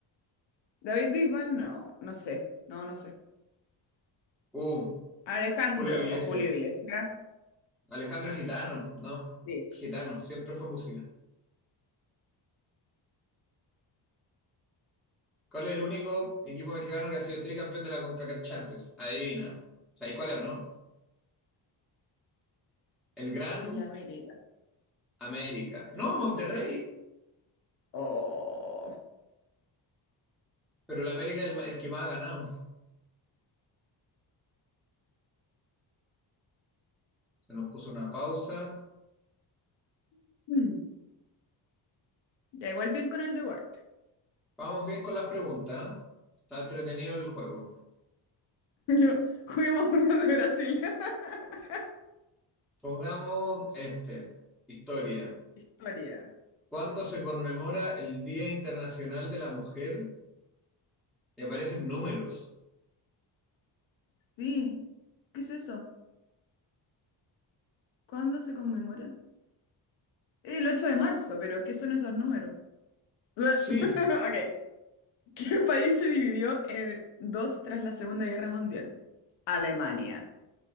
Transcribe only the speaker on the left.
David Bisbal, no, no sé, no, no sé.
Alejandro
o Julio Iglesias.
Sí.
El América.
Oh.
Mm. Ya igual bien con el deporte.
<laughs> Lo- Juguemos uno de Brasil. <laughs>
Historia.
Sí. ¿Qué es eso? ¿Cuándo se conmemora? El 8 de marzo, pero ¿qué son esos números? <laughs> Ok.
¿Qué país se dividió en dos tras la Segunda Guerra Mundial? Alemania.